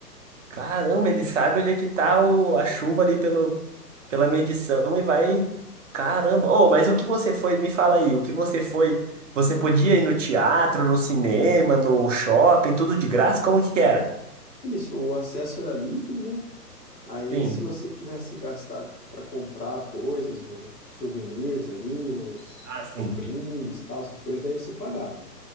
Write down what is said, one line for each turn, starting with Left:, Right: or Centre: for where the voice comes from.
Right: Caramba, ele sabe onde é que tá o, a chuva ali pelo, pela medição e vai. Caramba. Oh, mas o que você foi, me fala aí, o que você foi? Você podia ir no teatro, no cinema, no shopping, tudo de graça? Como que era?
Left: Isso, o acesso era livre, né? Aí,
Right: Sim.
Left: se você quisesse gastar para comprar coisas, os souvenirs ali, os,
Right: Ah, sim.
Left: os brindes, tal, essas coisas, daí você pagava.